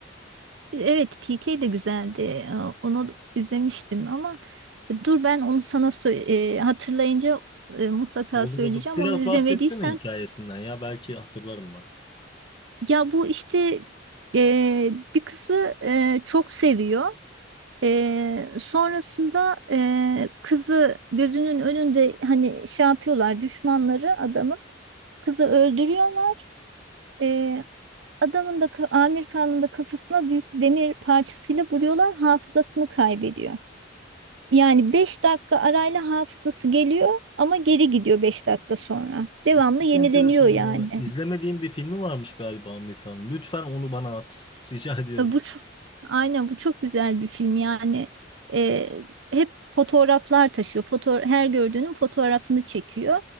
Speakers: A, on the right (about 70°); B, on the left (about 25°).
A: Evet, PK de güzeldi. E, Onu izlemiştim ama dur ben onu sana sö- e, hatırlayınca e, mutlaka
B: Olur
A: söyleyeceğim.
B: olur. Biraz
A: Onu izlemediysen
B: bahsetsene hikayesinden ya belki hatırlarım ben.
A: ya bu işte e, bir kızı e, çok seviyor. Ee, sonrasında e, kızı gözünün önünde hani şey yapıyorlar düşmanları adamın kızı öldürüyorlar. Ee, adamın da ka- Amir Khan'ın da kafasına büyük bir demir parçasıyla vuruyorlar hafızasını kaybediyor. Yani 5 dakika arayla hafızası geliyor ama geri gidiyor 5 dakika sonra. Devamlı
B: Bak, Çok
A: yenileniyor
B: enteresan
A: yani.
B: ya. İzlemediğim bir filmi varmış galiba Amerikan. Lütfen onu bana at. <laughs> Rica ediyorum.
A: E, Bu çok, aynen bu çok güzel bir film yani e, hep fotoğraflar taşıyor. Foto, her gördüğünün fotoğrafını çekiyor.